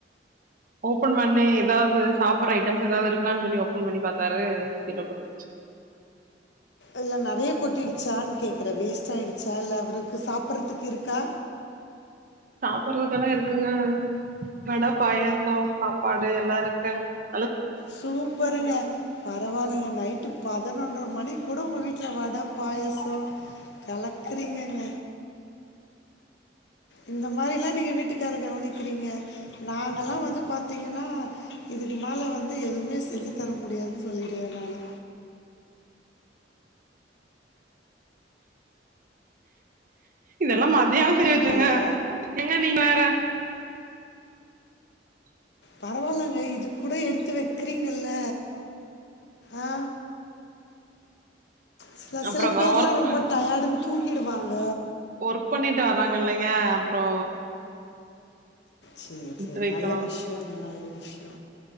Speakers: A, on the right; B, on the left.
A: ஓபன் பண்ணி ஏதாது சாப்பற ஐட்டம்ஸ் ஏதாவது இருக்கான்னு சொல்லி ஓப்பன் பண்ணி பாத்தாரு கீழ கொட்டிசி
B: இல்ல நெறைய கொட்டிருச்சான்னு கேக்குற வேஸ் ச்சா இல்ல அவுரு க்கு சாப்பறதுக்கு இருக்கா
A: சாப்பறதுக்கெல்லா இருக்குங்க மேடம் பாயசோ சாப்பாடு எல்லா இருக் ட
B: சூப்பருங்க பரவாயில்லங்க நைட்டுக் பதனொன்ற மணி கூட உங்க வீட்ல வட பாயாசோ கலக்குறீங்கங்க இந்த மாரில்லா நீங்க வீட்டுக்காரரு கவனிக்கிறீங்க நாங்கல்லா வந்து பாத்தீங்கன்னா இதுக்கு மேல வந்து எதுவுமே செஞ்சு தர முடியாதுன்னு சொல்லிடுவே நானு
A: இதெல்லா மாத் அதயா பெரிச்சுங்க
B: ஹலோ!
A: எங்க நீங்க வேற
B: பரவாயில்லங்க இது கூட எடுத்து வைக்கறீங்கல்ல ஆ ச
A: அப்புறோ
B: சில பேர்
A: ஒர்க்
B: எல்லா ரொம்ப டயாடு தூங்கிடுவாங்க
A: ஒர்க் பண்ணிட்டு வர்றாங் இல்லிங் க அப்புறோ
B: சேரி
A: எடுத்து
B: சேரி
A: வைக்கணு
B: நல்ல விஷ்யோ நல்ல